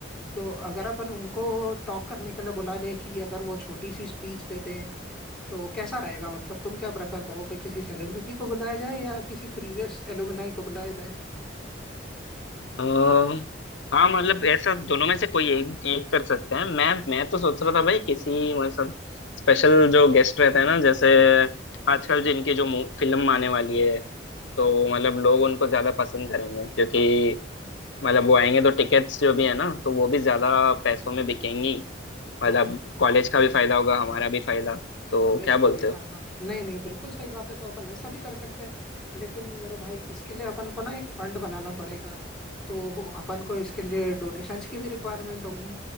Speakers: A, in the centre; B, on the left (about 75°).
A: तो अगर अपन उनको टॉक करने के लिए बुला ले कि अगर वो छोटी सी स्पीच दे दें तो कैसा रहेगा मतलब तुम क्या प्रेफर करोगे किसी सेलिब्रिटी को बुलाया जाए या किसी प्रीवियस एलुमनाई को बुलाया जाए
B: अ, हाँ मतलब ऐसा दोनों में से कोई एक एक कर सकते हैं मैं मैं तो सोच रहा था भाई किसी मतलब स्पेशल जो गेस्ट रहते हैं ना जैसे आजकल जिनकी जो फिल्म आने वाली है तो मतलब लोग उनको ज्यादा पसंद करेंगे क्योंकि मतलब वो आएंगे तो टिकट्स जो भी है ना तो वो भी ज्यादा पैसों में बिकेंगी
A: हाँ
B: मतलब कॉलेज का भी फायदा होगा हमारा भी फायदा तो
A: कॉलेज
B: क्या
A: का
B: बोलते
A: भी फायदा
B: हो
A: नहीं नहीं बिल्कुल सही बात है तो अपन ऐसा भी कर सकते हैं लेकिन मेरे भाई इसके लिए अपन को ना एक फंड बनाना पड़ेगा तो अपन को इसके लिए डोनेशंस की भी रिक्वायरमेंट होगी